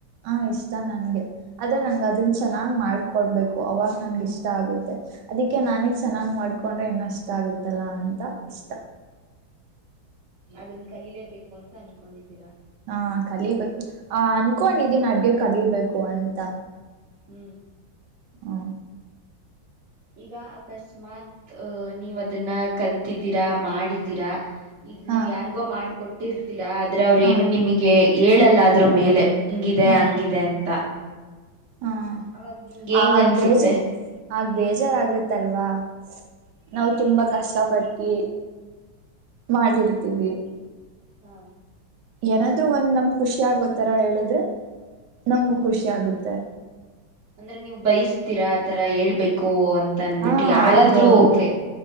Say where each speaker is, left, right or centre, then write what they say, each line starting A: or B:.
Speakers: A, on the right (about 75°); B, on the right (about 50°).
A: ಹ ಇಷ್ಟ ನನ್ಗೆ ಆದ್ರೆ ನಂಗ ಅದನ್ ಚೆನ್ನಾಗ್ ಮಾಡ್ಕೊಡ್ಬೇಕು ಅವಾಗ ನನ್ಗೆ ಇಷ್ಟ ಆಗುತ್ತೆ. ಅದಕ್ಕೆ ನಾನೇಗ್ ಚೆನ್ನಾಗ್ ಮಾಡ್ಕೊಂಡ್ರೆ ಇನ್ನ ಇಷ್ಟ ಆಗತ್ತಲ್ಲಾ ಅಂತ ಇಷ್ಟ.
B: ಅದನ್ ಕಲೀಲೇಬೇಕು ಅಂತ ಅನ್ಕೊಂಡಿದ್ದೀರಾ.
A: ಹಾ ಕಲಿಬೇಕು ಆ ಅನ್ಕೊಂಡಿದ್ದೀನ್ ಅಡ್ಗೆ ಕಲಿಬೇಕು ಅಂತ.
B: ಹ್ಮ್
A: ಹ್ಮ
B: ಈಗ ಅಕಸ್ಮಾತ್ ಅದಹ ನೀವ್ ಅದನ್ನ ಕಲ್ತಿದ್ದೀರಾ ಮಾಡಿದೀರಾ. ಈಗ
A: ಹಾ
B: ನೀವು ಯಾರಿಗೋ ಮಾಡಕೊಟ್ಟಿರ್ತೀರಾ ಆದ್ರ ಅವ್ರ
A: ಹಾ
B: ಏನು ನಿಮಗೆ ಹೇಳಲ್ಲ ಅದ್ರು ಮೇಲೆ. ಹಿಂಗಿದೆ
A: ಹಾ
B: ಹಂಗಿದೆ ಅಂತ.
A: ಹಾ
B: ಅವಾಗ ನಿಮ್ಗೆ ಹೆಂಗ್
A: ಆಗ
B: ಅನ್ಸುತ್ತೆ
A: ಬೇಜಾರ್ ಆಗ ಬೇಜಾರಾಗತ್ತಲ್ವಾ ‌. ನಾವು
B: ಹ್ಮ್
A: ತುಂಬಾ ಕಷ್ಟಪಟ್ಟಿ ಮಾಡಿರ್ ತಿವಿ
B: ಹಾ
A: ಏನಾದ್ರು ಒಂದ್ ನಮ ಖುಷಿ ಆಗೋತರ ಹೇಳಿದ್ರೆ ನಮ್ಗು
B: ಹ್ಮ್
A: ಖುಷಿ ಆಗುತ್ತೆ.
B: ಅಂದ್ರೆ ನೀವು ಬಯಸ್ತೀರಾ ಆತರ ಹೇಳ್ಬೇಕು ಅಂತ ಅನ್ಬಿಟ್ಟು
A: ಹಾ
B: ಯಾರಾದ್ರೂ
A: ಹೌದು ಹೌದು
B: ಓಕೆ.